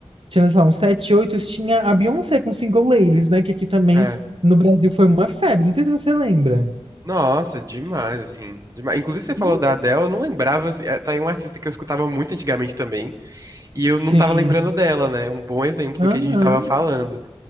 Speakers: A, on the right; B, on the right.
A: Tinha, sei lá, uns 7 8 tinha a Beyoncé com Single Ladies, né? Que aqui também
B: É.
A: no Brasil foi uma febre. Não sei se você lembra.
B: Nossa, demais, assim. Demais. Inclusive, você falou
A: Ih,
B: da Adele, eu não lembrava. assim, é, Tá aí um artista que eu escutava muito antigamente também. E eu não
A: Sim.
B: tava lembrando dela, né? Um bom exemplo
A: Aham.
B: do que a gente tava falando.